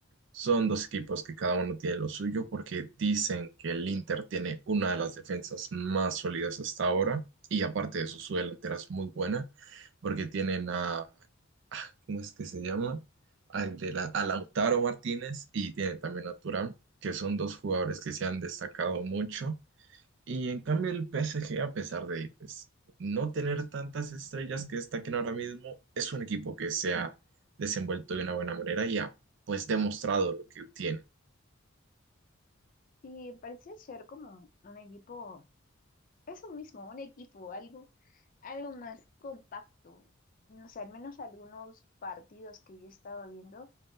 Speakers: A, on the right; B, on the left.
A: son dos equipos que cada uno tiene lo suyo porque dicen que el Inter tiene una de las defensas más sólidas hasta ahora y aparte de eso su delantera es muy buena porque tienen a, ah, ¿cómo es que se llama? Al de la, a Lautaro Martínez y tienen también a Thuram, que son dos jugadores que se han destacado mucho Y en cambio el PSG, a pesar de pues, no tener tantas estrellas que destaquen ahora mismo, es un equipo que se ha desenvuelto de una buena manera y ha pues demostrado lo que tiene.
B: Sí, parece ser como un equipo, eso mismo, un equipo, algo, algo más compacto. No sé, al menos algunos partidos que yo he estado viendo